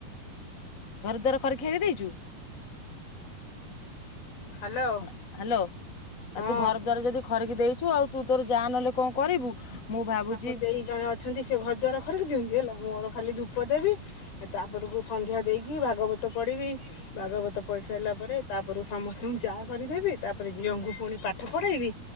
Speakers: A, on the left; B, on the left.
A: ଘର ଦ୍ୱାର ଖରି ଖାରିକି ଦେଇଛୁ।
B: ହ୍ୟାଲୋ
A: ହଁ ହ୍ୟାଲୋ। ଆଉ
B: ହଁ
A: ତୁ ଘର ଦ୍ୱାର ଯଦି ଖ ଖରିକି ଦେଇଛୁ ଆଉ ତୁ ତୋର ଯା ନହଲେ କଣ କରିବୁ। ମୁଁ ଭାବୁଛି
B: ଆମ ଦେଇ ଜଣେ ଅଛନ୍ତି ସେ ଘର ଦ୍ୱାର ଖରିକି ଦିଅନ୍ତି ହେଲା ମୋର ଖାଲି ଧୂପ ଦେବି ଆ ତାପରକୁ ସନ୍ଧ୍ୟା ଦେଇକି ଭାଗବତ ପଢିବି ଭାଗବତ ପଢି ସାରିଲା ପରେ ତାପରେ ସମସ୍ତଙ୍କୁ ଚା କରିଦେବି ତାପରେ ଝିଅଙ୍କୁ ପୁଣି ପାଠ ପଢେଇବି